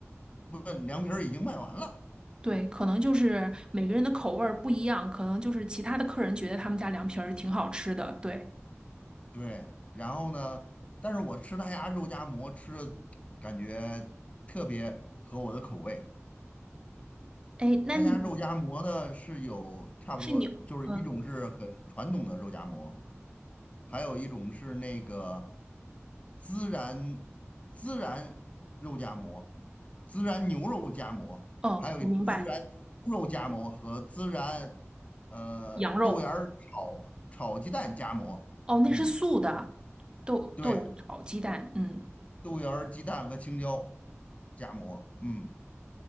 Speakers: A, on the left; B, on the right.
A: 问凉皮儿已经卖完了。
B: 对，可能就是每个人的口味儿不一样，可能就是其他的客人觉得他们家凉皮儿挺好吃的。对，
A: 对，然后呢，但是我吃他家肉夹馍吃的感觉特别合我的口味。
B: 哎，那你
A: 他家肉夹馍呢是有差不多，
B: 是你，
A: 就是一种是很传统的肉夹馍，
B: 嗯，
A: 还有一种是那个孜然孜然肉夹馍、孜然牛肉夹馍，
B: 哦，
A: 还有一孜然猪肉夹馍和孜然呃豆芽儿炒炒鸡蛋夹馍。
B: 我明白，羊肉，哦，那是素的，
A: 嗯，
B: 豆豆芽炒鸡蛋，
A: 对。
B: 嗯，
A: 豆芽儿、鸡蛋和青椒夹馍。嗯，